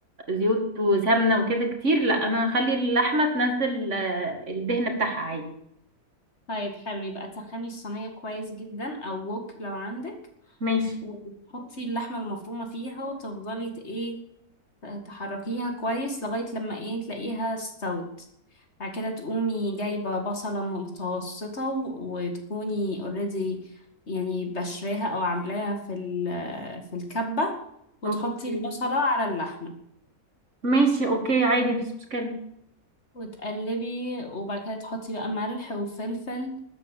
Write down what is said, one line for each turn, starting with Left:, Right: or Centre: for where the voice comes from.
Right: زيوت وسمنة وكده كتير لا انا هخلي اللحمة تنزل آه، الدهن بتاعها عادي
Left: طيب حلو يبقى تسخني الصينية كويس جدا أو وok لو عندك
Right: ماشي
Left: وتحطي اللحمة المفرومة فيها وتفضلي ت- ايه تحركيها كويس لغاية لما ايه تلاقيها استوت بعد كده تقومي جايبة بصلة متوسطة و- وتكوني اوريدي يعني بشراها او عاملاها في ال- في الكبة وتحطي
Right: اوكي
Left: البصلة على اللحمة
Right: ماشي اوكي عادي مفيش مشكلة
Left: وتقلبي وبعد كده تحطي بقى ملح وفلفل